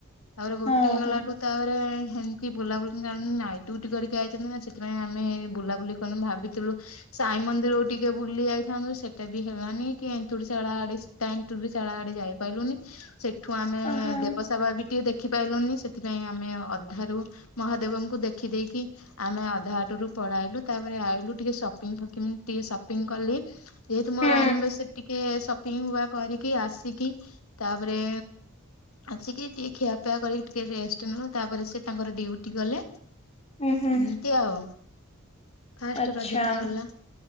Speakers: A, on the left (about 75°); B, on the left (about 30°).
A: ତାପରେ ଗୋଟେ
B: ହଁ
A: ହେଇଗଲାଠୁ
B: ହଁ।
A: ତାପରେ ହେମତି ବୁଲାବୁଲି ଜାଣ ନାଇଟ୍ ଡିଉଟି କରିକି ଆାଇଛନ୍ତି ନା ସେଥିପାଇଁ ଆମେ ବୁଲାବୁଲି ଆମେ ଭାବିଥିଲୁ ସାଇ ମନ୍ଦିରକୁ ଟିକେ ବୁଲି ଯାଇଥାନ୍ତୁ ସେଟା ବି ହେଲାନି କି ଏନ୍ତୁଡ଼ି ଶାଳ ଆଡେ ତାନ୍ ତୁଡ଼ି ଶାଳ ଆଡେ ଯାଇପାରିଲୁନି ସେଠୁ ଆମେ
B: ଆହା
A: ଦେବସବା ବି ଟିକେ ଦେଖିପାରଲୁନି ସେଥିପାଇଁ ଆମେ ଅଧାରୁ ମହାଦେବଙ୍କୁ ଦେଖିଦେଇକି ଆମେ ଅଧା ଆଟରୁ ପଳେଆଇଲୁ ତାପରେ ଆଇଲୁ ଟିକେ ସପିଙ୍ଗ ଫକିମ ଟିକେ ସପିଙ୍ଗ କଲି ଯେହେତୁ ମୋର
B: ହୁଁ
A: ଆନିବର୍ସରୀ ଟିକେ ସପିଙ୍ଗ ବା କରିକି ଆସିକି ତାପରେ ଆସିକି ଟିକେ ଖିଆପିଆ କରିକି ଟିକେ ରେଷ୍ଟ ନେଲୁ ତାପରେ ସେ ତାଙ୍କର ଡିଉଟି ଗଲେ
B: ଉହୁଁ
A: ଏମିତି ଆଉ ଫାଷ୍ଟ
B: ଆଚ୍ଛା।
A: ରଜଟା ଗଲା